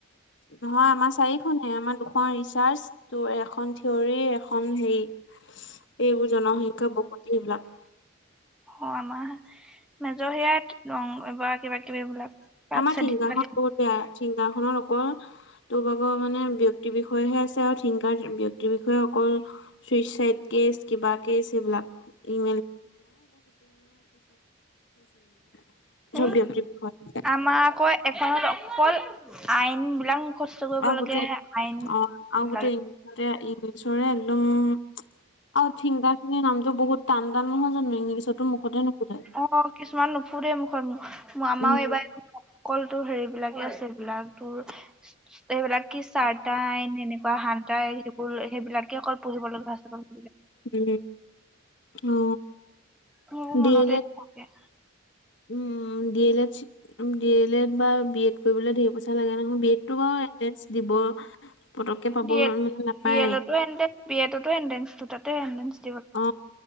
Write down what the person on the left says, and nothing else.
নহয় আমাৰ চাৰিখনে। আমাৰ দুখন ৰিচাৰ্চ, তোৰ এখন থিয়ৰী, এখন হেৰি এইবোৰ জনসংখ্যা বসতি সেইবিলাক।
আমাৰ
থিংকাৰখন
বহুত বেয়া, থিংকাৰখনত অকল তোৰ ভাগৰ মানে ব্যক্তিৰ বিষয়েহে আছে আৰু থিংকাৰত, ব্যক্তিৰ বিষয়ে অকল চুইচাইদ কেচ, কিবা কেচ সেইবিলাক। <inaudible> <unintelligible>
ব্যক্তিৰ বিষয়ে।
আৰু
গোটেই
অ', আৰু
গোটেই ইংলিছতে ইংলিছৰে একদম আৰু থিংকাৰখিনিৰ নামটো বহুত টান টান নহয় জানো? ইংলিছত, তোৰ মুখতে নুফুতে
উম
উম, অ,
ডি এল এড
উম, D L Ed - D L Ed বা বি এড কৰিবলে ধেৰ পইচা লাগে নহয়। বি এডটো বাৰু এণ্ট্ৰেন্স দিব পতককে পাব
মানে
নাপায়
অ,